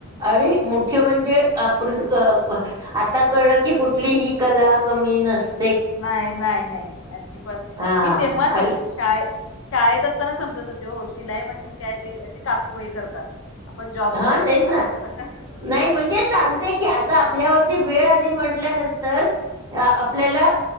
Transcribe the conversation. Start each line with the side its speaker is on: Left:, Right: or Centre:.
Right: आणि मुख्य म्हणजे आपण <unintelligible> आता कळलं की कुठलीही कला कमी नस-
Left: नाही नाही. नाही नाही. अजिबात नाही.
Right: हा
Left: मी तेव्हा
Right: हल
Left: समज- शाळ शाळेत असताना समजत होते हो. शिलाई मशीन काय ते अशे काकूबाई करतात. आपण जॉब
Right: हां.
Left: करायचा
Right: तेच ना.
Left: असं
Right: नाही म्हणजे सांगते की आ- -त्ता आपल्यावरती वेळ आली म्हटल्यानंतर- अ आपल्याला